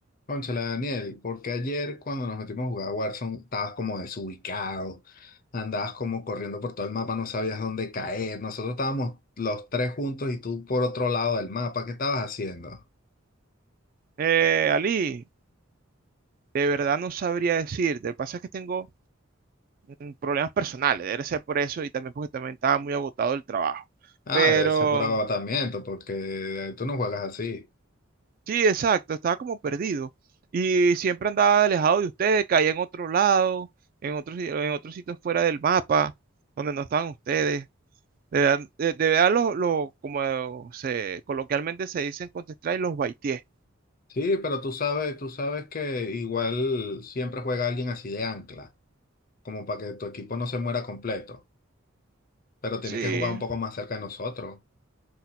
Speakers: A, on the left (about 45°); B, on the right (about 45°).
A: Cónchale, Daniel, porque ayer cuando nos metimos a jugar a Warzone estabas como desubicado, andabas como corriendo por todo el mapa, no sabías dónde caer. Nosotros estábamos los tres juntos y tú por otro lado del mapa, ¿qué estabas haciendo?
B: Eh, Ali, de verdad no sabría decirte. Lo que pasa es que tengo mm, problemas personales, debe ser por eso y también porque también estaba muy agotado el trabajo.
A: Ah,
B: Pero
A: debe ser por agotamiento, porque tú no juegas así.
B: sí, exacto, estaba como perdido y siempre andaba alejado de ustedes, caía en otro lado, en otros en otros sitios fuera del mapa, donde no estaban ustedes. De verdad, de- de verdad, los- los- como se coloquialmente se dice en Counter-Strike, los baitié.
A: Sí, pero tú sabes, tú sabes que igual siempre juega alguien así de ancla, como para que tu equipo no se muera completo, pero tienes
B: Sí,
A: que jugar un poco más cerca de nosotros.